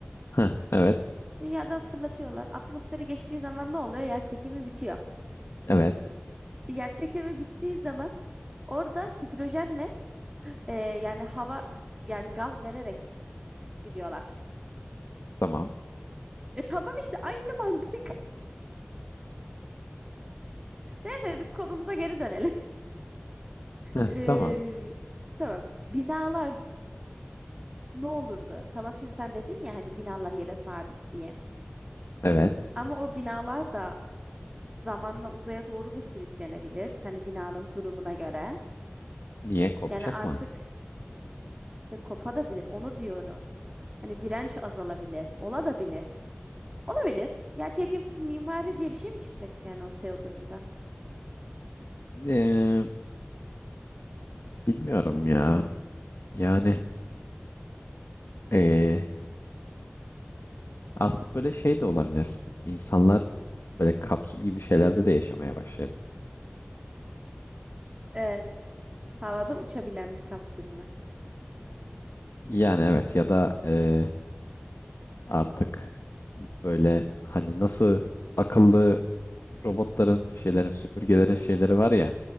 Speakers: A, on the left; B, on the right.
A: heh, evet.
B: Dünyadan fırlatıyorlar. Atmosferi geçtiği zaman ne oluyor? Yer çekimi bitiyor.
A: Evet,
B: Yer çekimi bittiği zaman orada hidrojenle e, yani hava yani gaz vererek gidiyorlar.
A: tamam.
B: E tamam işte aynı mantık. <laughs> Neyse biz konumuza geri dönelim. <laughs>
A: Heh,
B: E,
A: tamam.
B: tamam. Binalar. ne olurdu? Tamam şimdi sen dedin ya hani binalar yere sabit diye.
A: Evet.
B: Ama o binalar da zamanla uzaya doğru da sürüklenebilir. Hani binanın durumuna göre.
A: Niye kopacak
B: Yani artık
A: mı?
B: işte kopadabilir. Onu diyorum. Hani direnç azalabilir. Ola da bilir. Olabilir. Yer çekimsiz mimari diye bir şey mi çıkacak yani ortaya o durumda?
A: Ee, bilmiyorum ya. Yani ee, artık böyle şey de olabilir. İnsanlar böyle kapsül gibi şeylerde de yaşamaya başlayabilir.
B: Evet. Havada uçabilen bir kapsül mü?
A: Yani evet ya da ee, artık böyle hani nasıl akıllı robotların şeylerin süpürgelerin şeyleri var ya